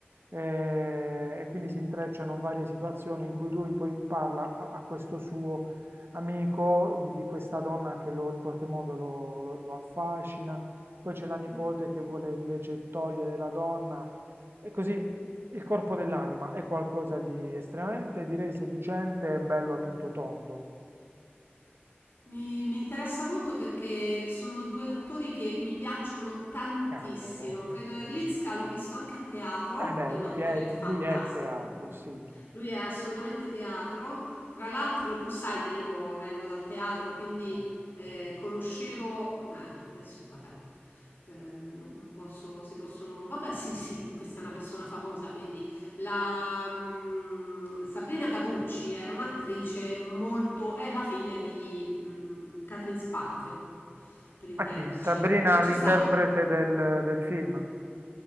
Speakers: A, on the right (about 70°); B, on the left (about 60°).
A: eh, e quindi si intrecciano varie situazioni in cui lui poi parla a, a questo suo amico di, di questa donna che lo, in qualche modo lo, lo- lo affascina, poi c'è la nipote
B: <clears throat>
A: che vuole invece togliere la donna, e così il corpo dell'anima è qualcosa di estremamente, direi, seducente e bello a tutto tondo.
B: Mi, mi interessa molto perché sono due attori che mi piacciono tantissimo.
A: Cavolo.
B: Credo Erlicka l'ho visto anche a teatro,
A: Eh beh,
B: è un
A: lui
B: attore
A: è,
B: fantastico.
A: lui è teatro, sì.
B: Lui è assolutamente teatro. Tra l'altro, tu sai che io vengo dal teatro, quindi
A: sì.
B: eh, conoscevo, ma adesso vabbè, eh, no- non posso, si possono, vabbè, sì, sì, questa è una persona famosa, quindi la mm, Sabrina Capucci era un'attrice molto... è la figlia di mm, Catherine Spack, per intenderci,
A: A chi? Sabrina,
B: che c'è
A: l'interprete
B: stato...
A: del, del film.